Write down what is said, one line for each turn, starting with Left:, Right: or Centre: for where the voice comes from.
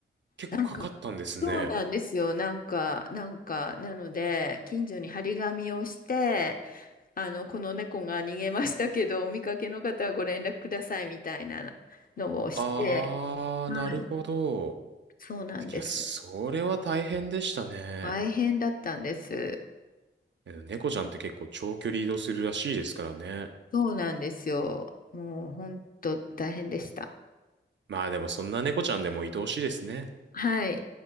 Right: 結構かかったんですね。
Left: なんか、そうなんですよ、なんか、なんか、なので、近所に張り紙をして、あの、この猫が逃げましたけど、お見かけの方はご連絡くださいみたいなのをして、
Right: あー、
Left: はい、
Right: なるほど。
Left: そうなんですよ。
Right: いや、それは大変でしたね。
Left: 大変だったんです。
Right: え猫ちゃんって結構長距離移動するらしいですからね。
Left: そうなんですよ。もう、本当大変でした。
Right: まあでもそんな猫ちゃんでも愛おしいですね。
Left: はい。